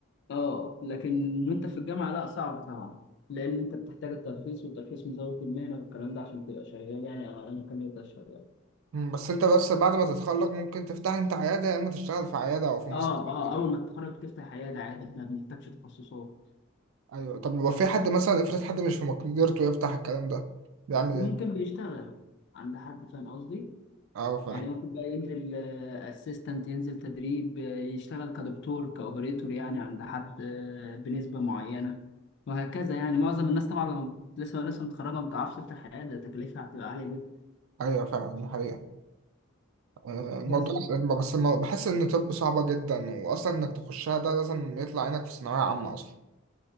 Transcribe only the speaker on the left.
اه لكن وانت في الجامعة لا صعب طبعا لأن انت بتحتاج الترخيص والترخيص مزاولة المهنة والكلام ده عشان تبقى شغال يعني على مكان يبدأ شغال
اه اه
اول ما تتخرج تفتح عياده عادي احنا ما بنحتاجش تخصصات
ممكن
بيشتغل عند حد فاهم قصدي
يعني ممكن بقى ينزل اسيستنت ينزل تدريب آه، يشتغل كدكتور كاوبريتور يعني عند حد آه، بنسبه معينه وهكذا يعني معظم الناس طبعا لما لسه لسه متخرجه ما بتعرفش تفتح عياده تكلفها هتبقى عاليه جدا
بس